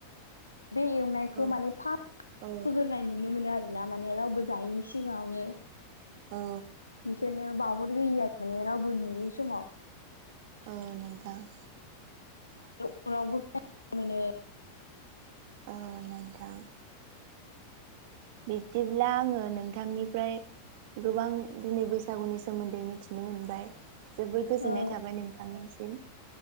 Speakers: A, on the left; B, on the right.
A: बे एवनायखौ
B: औ
A: माने फार्स्ट
B: औ
A: होग्रोनाय नुनो मोनो आरो। ना माने रावबो जायैनि सिगाङावनो।
B: औ।
A: बिसोरनो बावहर होयो आरो माने रावबो नुयै समाव।
B: ओ नोंथां।
A: न'खराव बो <unintelligible> मोनो
B: ओ नोंथां। बिब्दिब्ला आङो नोंथांनिफ्राय। गोबां दिनै बैसागुनि सोमोन्दै मिथिनो मोनबाय। जोबोर गोजोननाय
A: औ
B: थाबाय नोंथांनिसिम।